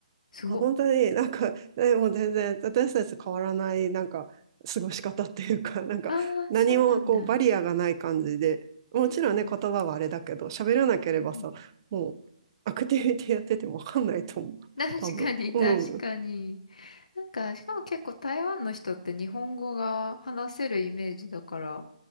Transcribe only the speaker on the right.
あ、本当になんか、えもう全然私たちと変わらないなんか過ごし方っていうか、なんか何もこうバリアがない感じで、
もちろんね、
言葉はあれだけど、喋らなければさ、
もうアクティビティやっててもわかんないと思う。
多分。うん。